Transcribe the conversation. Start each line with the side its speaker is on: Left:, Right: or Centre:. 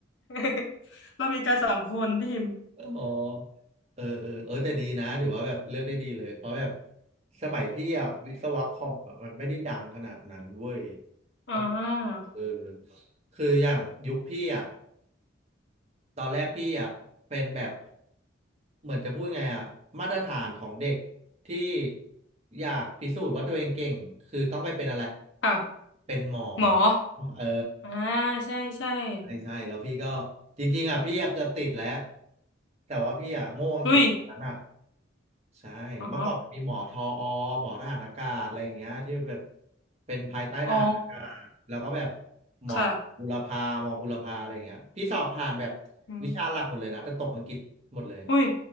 Left: <laughs> เรามีกัรสองคนพี่พิมพ์
Right: อ๋อเออเออเออแต่ดีนะถือว่าแบบเลือกได้ดีเลย เพราะแบบสมัยพี่อะวิศวะคอมอะมันไม่ได้ดังขนาดนั้นเว้ยเขา
Left: อ่า
Right: เออคืออย่างยุคพี่อ่ะตอนแรกพี่อ่ะเป็นแบบเหมือนจะพูดไงอ่ะมาตรฐานของเด็กที่อยากพิสูจน์ว่าตัวเองเก่งคือต้องไปเป็นอะไร
Left: ค่ะ
Right: เป็นหมอ
Left: หมอ
Right: เออ
Left: อ่าใช่ใช่
Right: ใช่ใช่แล้วพี่ก็
Left: <laughs>
Right: จริงๆอ่ะพี่อ่ะเกือบติดแล้วแต่ว่าพี่อ่ะโง่อังกฤษตอนนั้นอ่ะ
Left: อุ้ย <laughs>
Right: ใช่เมื่อก่อนมันมีหมอทออหมอทหารอากาศอะไรอย่างเงี้ยที่แบบ
Left: อ๋อ
Right: เป็นภายใต้ทหารอากาศแล้วก็แบบ
Left: อ๋อ
Right: หมอบุรพาหมอบุรพาอะไรอย่างเงี้ยพี่สอบผ่านแบบ
Left: ค่ะอืม
Right: วิชาหลักหมดเลยนะแต่ตกอังกฤษหมดเลย
Left: อุ้ย